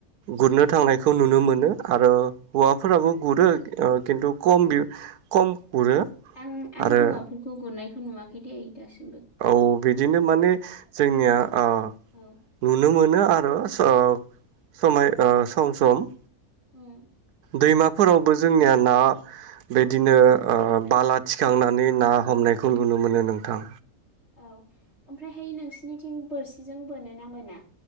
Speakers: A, on the right; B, on the left.
A: गुरनो थांनायखौ नुनो मोनो आरो हौवाफोराबो गुरो खिन्थु खम खम गुरो
B: आं आं
A: आरो
B: हौवाफोरखौ गुरनाय नुवाखै दै दासो
A: औ बिदिनो माने जोंनिया आ
B: औ
A: नु नो मोनो आरो स समाय ओ सम सम
B: उम
A: दैमाफोरावबो जोंनिया ना बिदिनो बाला थिखांनानै ना हमनायखौ नुनो मोनो नोंथां
B: औ ओमफ्रायहाय नोंसिनिथिं बोरसिजों बोनो ना बोना